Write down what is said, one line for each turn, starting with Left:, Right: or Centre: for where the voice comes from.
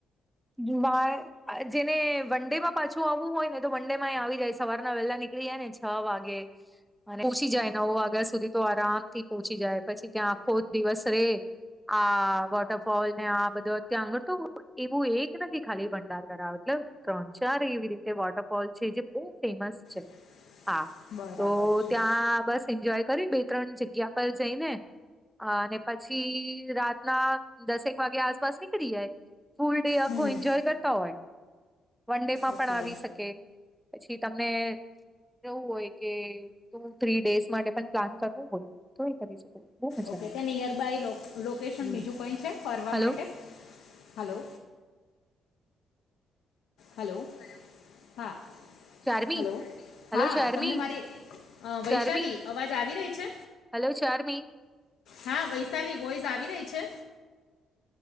Centre: જુબ જેને વન ડે માં પાછું આવવું હોય ને તો વન ડે માં આવી જાય સવારના વહેલા નીકળી જાય ને છ વાગે અને પહોચી જાય નવ વાગ્યા સુધી તો આરામ થી પહોંચી જાય પછી ત્યાં આખો દિવસ રે આ વોટરફોલ ને આ બધો અત્યાં આગળ તો એક નથી ખાલી ભંડાર કરા મતલ ત્રણ ચાર એવી રીતે વોટરફોલ છે જે બહુ ફેમસ છે
Left: <inaudible>
Centre: હા
Left: બરાબર
Centre: તો
Left: છે
Centre: ત્યાં બસ એન્જોય કર્યું બે ત્રણ જગ્યા પર જઈને હ અને પછી રાતના દસેક વાગ્યા આસપાસ નીકળી જાય ફૂલ ડે
Left: હમ
Centre: આખું એન્જોય કરતા હોય વન ડે માં
Left: ઓકે
Centre: પણ આવી શકે પછી તમને એવું હોય કે તું થ્રી ડેસ માટે પણ પ્લાન કરવો હોય તો એ કરી શકો બહુ મજા
Left: ઓકે
Centre: આવે
Left: ત્યાં નિયરબાય લો લોકેશન
Centre: એવું
Left: બીજું કંઈ છે ફરવા
Centre: હલો
Left: માટે હલો હલો હા
Centre: ચાર્મી
Left: હલો હા
Centre: હલો ચાર્મી
Left: તમને મારી અ વૈશાલી
Centre: ચાર્મી
Left: અવાજ આવી રહી છે
Centre: હલો ચાર્મી
Left: હા વૈશાલી વોઈઝ આવી રહી છે